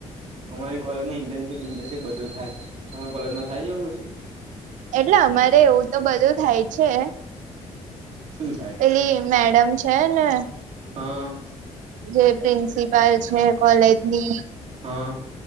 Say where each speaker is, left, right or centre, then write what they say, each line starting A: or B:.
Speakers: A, on the right; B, on the right.
A: અમારી કોલેજમાં ઈન્ટર્નશીપ ઈન્ટનશીપ બધું થાય તમારે કોલેજમાં થાય એવું કશું?
B: એટલે અમારે એવું તો બધું થાય છે.
A: શું થાય
B: પેલી મેડમ છે ને
A: હા-
B: જે પ્રિન્સિપાલ છે કોલેજની-
A: હા-